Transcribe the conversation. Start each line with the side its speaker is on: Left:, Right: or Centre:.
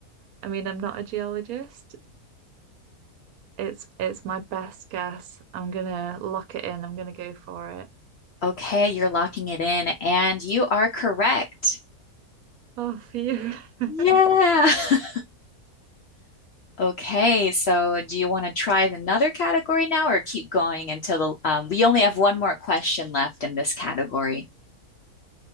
Right: I mean, I'm not a geologist. It's it's my best guess. I'm gonna lock it in. I'm gonna go for it.
Left: Okay, you're locking it in, and you are correct.
Right: Oh, phew. <laughs>
Left: Yeah. <laughs> Okay, so do you want to try another category now or keep going until the, um, we only have one more question left in this category?